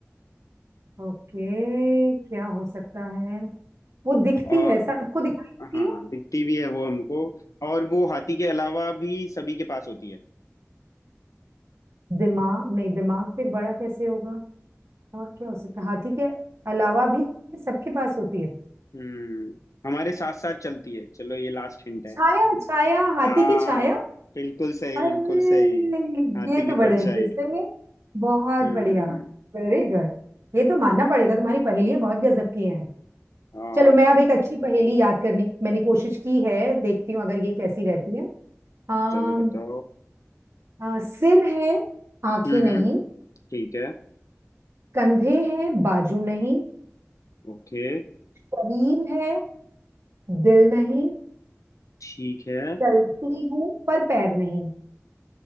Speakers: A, on the right; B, on the left.
A: ओके क्या हो सकता है वो दिखती
B: अ,
A: है सबको दिखती
B: हाँ
A: है
B: दिखती भी है वो हमको और वो हाथी के अलावा भी सभी के पास होती है
A: दिमाग नहीं दिमाग फिर बड़ा कैसे होगा और क्या हो सकता है हाथी के अलावा भी सबके पास होती है
B: हम्म हमारे साथ साथ चलती है चलो ये लास्ट हिंट है
A: छाया छाया हाथी
B: हाँ
A: की छाया
B: बिल्कुल सही
A: अरे
B: बिल्कुल सही
A: ये
B: हाथी
A: तो
B: की
A: बड़े
B: परछाई
A: इंटरेस्टिंग है बहुत
B: हम्म
A: बढ़िया Very good ये तो मानना पड़ेगा तुम्हारी पहेलियां बहुत गजब की हैं
B: और
A: चलो मैं अब एक अच्छी पहेली याद करने की मैंने कोशिश की है देखती हूँ अगर ये कैसी रहती है आ,
B: चलो बताओ
A: आ, सिर है आंखें
B: हम्म
A: नहीं
B: हम्म ठीक है
A: कंधे हैं बाजू नहीं
B: ओके
A: शरीर है दिल नहीं
B: ठीक है
A: चलती हूँ पर पैर नहीं